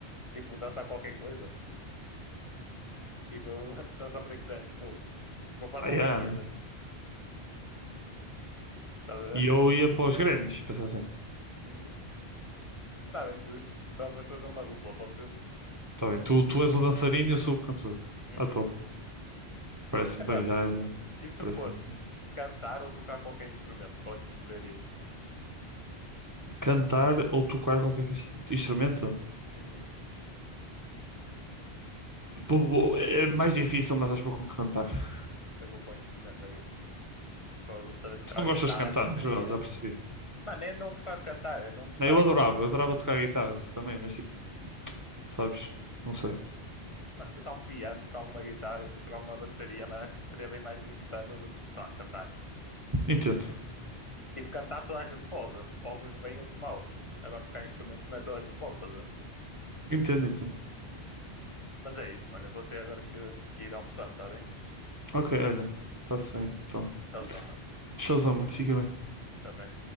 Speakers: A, on the left; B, on the right.
A: Tipo, dançar qualquer coisa. Tipo, <laughs> dançar breakdance, fogo. Vou para
B: Ah,
A: as Olimpíadas,
B: yeah.
A: estás a ver?
B: E eu ia para os Grammys, pensar assim.
A: Uhum. Está bem, justo. Vamos fazer uma dupla, pode ser?
B: Tá bem, tu, tu és o dançarino e eu sou o cantor.
A: Uhum.
B: Ah, top. Parece-me
A: Agora,
B: bem, já.
A: e se
B: Parece-me.
A: fosse cantar ou tocar qualquer instrumento, qual é que tu escolherias?
B: Cantar ou tocar qualquer instrumento?
A: Uhum.
B: Pô, pô, É mais difícil, mas acho pouco com cantar.
A: Eu vou pôr um instrumento aqui. Vou saber tocar
B: Tu não gostas
A: guitarra,
B: de cantar,
A: bateria.
B: no geral, já percebi.
A: Mano, é não gostar de cantar, é não gostar,
B: Não, eu adorava,
A: tipo, eu-
B: eu adorava tocar guitarra também, mas tipo, sabes? Não sei.
A: mano, tocar um piano, tocar uma guitarra, tipo, tocar uma bateria, mas acho que seria bem mais insano do que, sei lá, cantar.
B: Entendo.
A: Tipo, cantar toda a gente pode, alguns bem, outros mal. Agora, tocar instrumentos não é toda a gente pode, tá? a ver?
B: Entendo, entendo.
A: Mas é isso, mano, eu vou ter agora que, que ir almoçar, tá bem?
B: Ok, olha, está-se bem. Então,
A: Tchauzão, mano,
B: showzão, mano, fica bem.
A: também.